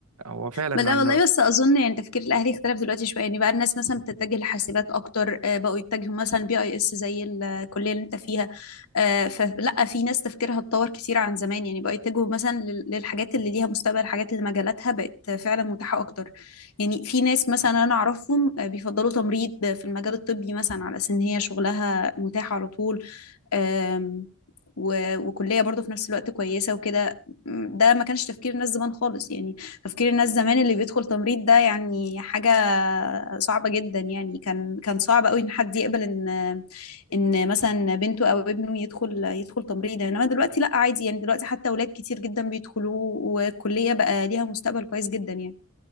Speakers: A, on the right (about 80°); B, on the left (about 80°).
A: هو فعلا
B: لا
A: انه
B: والله بس اظن يعني تفكير الاهلي اختلف دلوقتي شويه يعني بقى الناس مثلا بتتجه لحاسبات اكتر آه، بقوا يتجهوا مثلا بي اي اس زي الكليه اللي انت فيها آه، فلا في ناس تفكيرها اتطور كتير عن زمان يعني بقوا يتجهوا مثلا لل- للحاجات اللي ليها مستقبل الحاجات اللي مجالاتها بقت فعلا متاحه اكتر يعني في ناس مثلا انا اعرفهم آه، بيفضلوا تمريض في المجال الطبي مثلا على اساس ان هي شغلها متاح على طول آم، و- وكلية برضو في نفس الوقت كويسة وكده م، ده ما كانش تفكير الناس زمان خالص يعني تفكير الناس زمان اللي بيدخل تمريض ده يعني حاجة صعبة جدا يعني كان كان صعب قوي ان حد يقبل ان ان مثلا بنته او ابنه يدخل يدخل تمريض انما دلوقتي لا عادي يعني دلوقتي حتى اولاد كتير جدا بيدخلوا والكلية بقى ليها مستقبل كويس جدا يعني